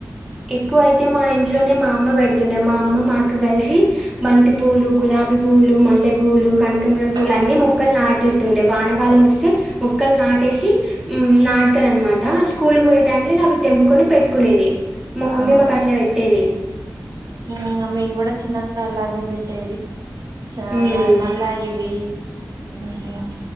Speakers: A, in the centre; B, on the right.
A: ఎక్కువ అయితే, మా ఇంట్లోనే మా అమ్మ పెడుతుండే, మా అమ్మ మా అక్క కలిసి. బంతిపూలు,
B: ఉమ్
A: గులాబీ పూ. పూలు, మల్లె పూలు. కనకంబరం పూలు,
B: ఉమ్
A: అన్ని మొక్కలు నాటిస్. తుండే, వానకాలం వస్తే మొక్కలు నాటేసి ఉమ్మ్ నాట్. స్తారు అన్నమాట, స్కూలుకు పోయే టైమ్ లో ఇగ అవి తెంపుకొని. పెట్టుకునేది. మా మమ్మీ
B: అవును
A: మాకు అట్లా పెట్టేది
B: ఇంగ మేము కూడా చిన్నప్. నాలాగే పెట్టేది. చాలా
A: మ్,
B: మళ్ళ ఇవి. ఉహుమ్